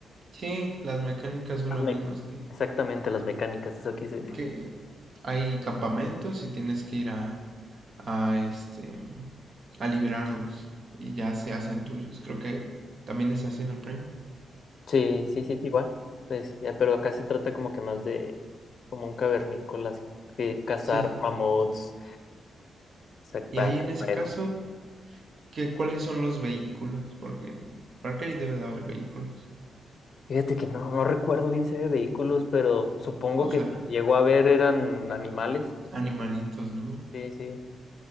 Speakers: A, on the right; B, on the left.
A: Sí, las mecánicas son
B: Las
A: las
B: mec-
A: mismas que,
B: Exactamente, las mecánicas, eso quise decir.
A: que hay campamentos y tienes que ir a, a este a liberarlos y ya se hacen tuyos. Creo que también es así en el Prime.
B: Sí, sí, sí, igual. Pues, ya, pero acá se trata como que más de como un cavernícola, así, de ir cazar
A: Sí,
B: mamuts, sacar
A: y ahí en
B: el
A: ese
B: juego.
A: caso ¿Qué cuáles son los vehículos, porque en Far Cry debe de haber vehículos.
B: Fíjate que no, no recuerdo bien si había vehículos, pero supongo
A: O
B: que
A: sea,
B: si llegó a ver eran animales.
A: animalitos, ¿no?
B: Sí, sí.